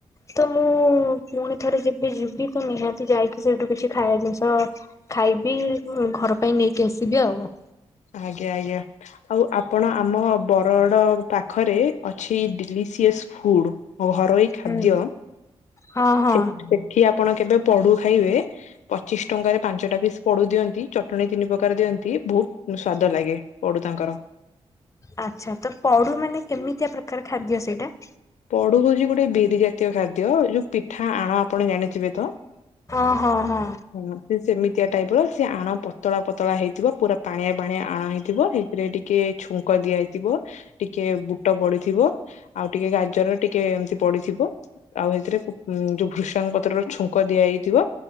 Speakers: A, on the left; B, on the left.
A: ତ ମୁଁ ପୁଣି ଥରେ ଯିବି ଯିବି ବି ତ ନିହାତି ଯାଇକି ସେଇଠୁ କିଛି ଖାଇବା ଜିନିଷ ଖାଇବି ଘର ପାଇଁ ନେଇକି ଆସିବି ଆଉ
B: ଆ୍ଞ ଆଜ୍ଞା ଆଉ ଆପଣ ଆମ ବରଡ଼ ପାଖରେ ଅଛି ଡଲିସିଅସ୍ ଫୁଡ ଘରୋଇ ଖାଦ୍ୟ
A: ହୁଁ। ହଁ ହଁ
B: ସେଠି ଆପଣ କେବେ ପଢୁ ଖାଇବେ ପଚିଶ ଟଙ୍କାରେ ପାଞ୍ଚଟା ପିସ୍ ପଡୁ ଦିଅନ୍ତି ଚଟଣିୀ ତିନି ପ୍ରକାର ଦିଅନ୍ତି ବହୁତ ସ୍ଵାଦ ଲାଗେ ପଢୁ ତାଙ୍କର
A: ଆଚ୍ଛା ତ ପଡୁ ମାନେ କେମିତିଆ ପ୍ରକାର ଖାଦ୍ୟ ସେଇଟା
B: ପଡୁ ହଉଛି ଗୋଟେ ବିରି ଜାତୀୟ ଖାଦ୍ୟ ଯୋଉ ପିଠା ଆଣ ଆପଣ ଜାଣିଥିବେ ତ
A: ହଁ ହଁ ହଁ
B: ହଁ ସେ ସେମିତିଆ ଟାଇପ ର ସେ ଆଣ ପତଳା ପତଳା ହେଇଥିବ ପୁରା ପାଣିଆ ପାଣିଆ ଆଣ ହେଇଥିବ ଏଇଥିରେ ଏଠିକ ଟିକେ ଛୁଙ୍କ ଦିଆ ହୋଇଥିବ ଟିକେ ବୁଟ ପଡିଥିବ ଆଉ ଟିକେ ଗା ଜର ଟିକେ ଏମିତି ପଡିଥିବ ଆଉ ସେଥିରେ ଯୋଉ ଭୃଷାଙ୍ଗ ପତ୍ରର ଛୁଙ୍କ ଦିଆଯାଇଥିବ